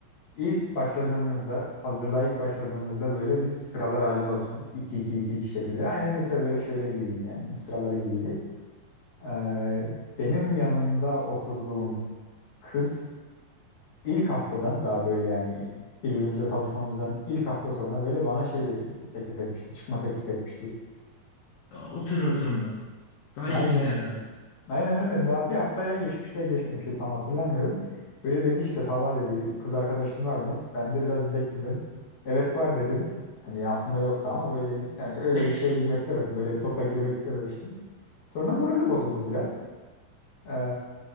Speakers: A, on the left; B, on the left.
A: ilk başladığımızda hazırlığa ilk başladığımızda böyle biz sıralar halinde oturuyorduk. iki iki iki iki şeklinde. Aynen lise böyle şeyleri gibiydi yani sıraları gibiydi. Ee, benim yanında oturduğum kız ilk haftadan daha böyle yani birbirimize tanışmamızdan ilk hafta sonra böyle bana şey de teklif etmişti. Çıkma teklif etmişti.
B: Ya otur oturmaz. Daha
A: Aynı
B: ilk günlerden.
A: Aynen öyle. Daha bir haftaya geçmişti ya geçmemişti tam hatırlamıyorum. Böyle dedi işte Talha dedi kız arkadaşın var mı? Ben de biraz bekledim. Evet var dedim. Hani aslında yoktu ama böyle yani öyle
B: <laughs>
A: bir şeye girmek istemedim. Böyle bir topa girmek istememiştim. Sonra morali bozuldu biraz. Ee,